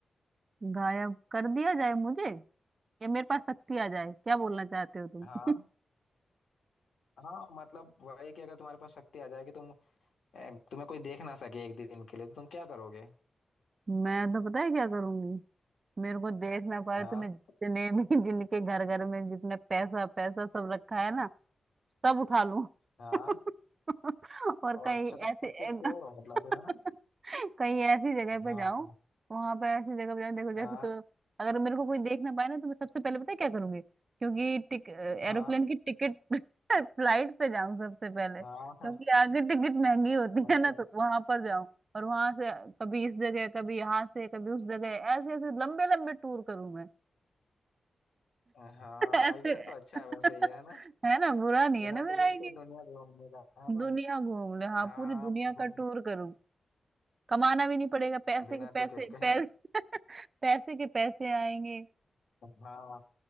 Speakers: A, on the right; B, on the left.
A: गायब कर दिया जाए मुझे या मेरे पास शक्ति आ जाए क्या बोलना चाहते हो तुम
B: हाँ हाँ मतलब वही कि अगर तुम्हारे पास शक्ति आ जाए कि तुम ए, तुम्हें कोई देख ना सके एक दिन के लिए तो तुम क्या करोगे
A: मैं तो पता है क्या करूंगी मेरे को देख ना पाए
B: हाँ
A: तो मैं जितने भी <laughs> जिनके घर घर में जितने पैसा पैसा सब रखा है ना सब उठा लूं
B: हाँ
A: <laughs> और
B: और
A: कहीं
B: अच्छा तो
A: ऐसे
B: पक्के चोर
A: <laughs>
B: हो मतलब फिर है ना
A: कहीं ऐसी जगह
B: हाँ
A: पे जाऊं वहां पे ऐसी जगह पे जाऊं देखो
B: हाँ
A: जैसे तो अगर मेरे को कोई देख ना पाए ना तो मैं सबसे पहले पता है क्या करूंगी क्योंकि टिक एरोप्लेन
B: हाँ
A: की टिकट <laughs> फ्लाइट पे जाऊं सबसे पहले
B: हाँ
A: क्योंकि
B: हाँ,
A: आगे टिकट महंगी होती
B: अच्छा
A: है ना तो वहां पर जाऊं और वहां से कभी इस जगह कभी यहाँ से कभी उस जगह ऐसे ऐसे लंबे लंबे टूर करूं मैं
B: हाँ
A: <laughs> ऐसे
B: आइडिया तो अच्छा
A: <laughs>
B: है वैसे ये है ना
A: है ना बुरा नहीं
B: बिना
A: है ना मेरा
B: टिकट
A: आइडिया
B: के दुनिया घूमने का है
A: दुनिया
B: ना
A: घूम ले हाँ
B: हाँ
A: पूरी दुनिया
B: हाँ
A: का टूर करूं कमाना भी नहीं पड़ेगा पैसे
B: बिना
A: के पैसे
B: टिकट के
A: पैसे
B: है
A: <laughs> पैसे के पैसे आएंगे
B: हाँ